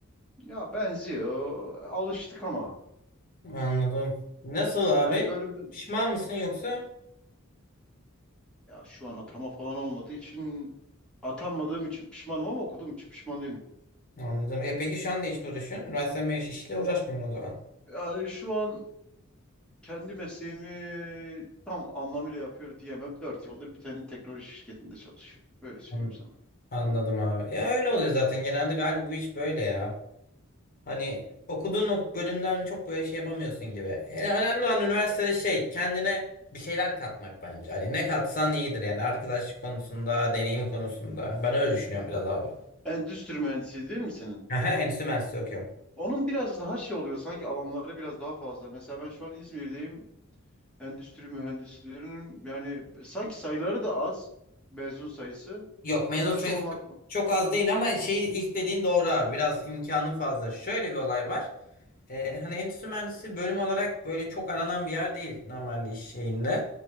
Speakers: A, in the centre; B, on the left (about 40°).
A: Ya benziyor. Alıştık ama.
B: Anladım. Nasıl abi?
A: Yani bölümden...
B: Pişman mısın yoksa?
A: Ya şu an atama falan olmadığı için... Atanmadığım için pişmanım ama okuduğum için pişman değilim.
B: Anladım. E peki şu an ne işle uğraşıyorsun? Üniversite mezunu işle uğraşmıyorsun o zaman.
A: Yani şu an kendi mesleğimi tam anlamıyla yapıyor diyemem. 4 yıldır bir tane teknoloji şirketinde çalışıyorum. Böyle söyleyeyim
B: An-
A: sana.
B: Anladım abi. Ya öyle oluyor zaten. Genelde galiba bu iş böyle ya. Hani okuduğun o bölümden çok böyle şey yapamıyorsun gibi. Yani önemli olan üniversitede şey kendine bir şeyler katmak bence. Hani ne katsan iyidir yani arkadaşlık konusunda, deneyim konusunda. Ben öyle düşünüyorum biraz abi.
A: Endüstri mühendisi değil mi senin?
B: <laughs> Aha, endüstri mühendisliği okuyorum.
A: Onun biraz daha şey oluyor sanki alanları biraz daha fazla. Mesela ben şu an İzmir'deyim. Endüstri mühendislerinin yani sanki sayıları da az mezun sayısı.
B: Yok mezun
A: İş
B: sayısı
A: olanak
B: çok az değil ama şey ilk dediğin doğru abi. Biraz imkanı fazla. Şöyle bir olay var. Ee, hani endüstri mühendisi bölüm olarak böyle çok aranan bir yer değil normalde iş şeyinde.